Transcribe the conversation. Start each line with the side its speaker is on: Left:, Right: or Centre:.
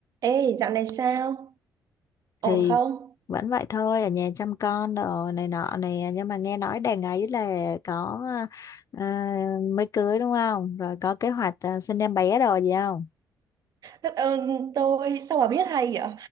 Right: Ê, dạo này sao? Ổn
Left: thì
Right: không?
Left: vẫn vậy thôi ở nhà chăm con đồ này nọ nè nhưng mà nghe nói đàn ấy là có à, mới cưới đúng không rồi có kế hoạch à, sinh em bé đồ gì không
Right: Đất ơn tôi, sao bà biết hay vậy?